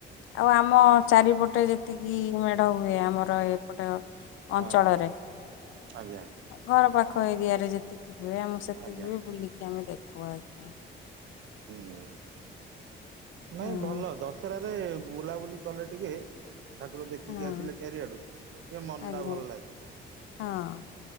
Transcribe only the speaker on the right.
ହଁ
ଆଜ୍ଞା।
ଆଜ୍ଞା
ହୁଁ। ନାଇଁ
ଭଲ। ଦଶହରାରେ ବୁଲାବୁଲି କଲେ ଟିକେ ଠାକୁର ଦେଖିକି
ଆସିଲେ ଚାରିଆଡୁ, ଟିକେ ମନ
ଟା ଭଲ ଲାଗେ।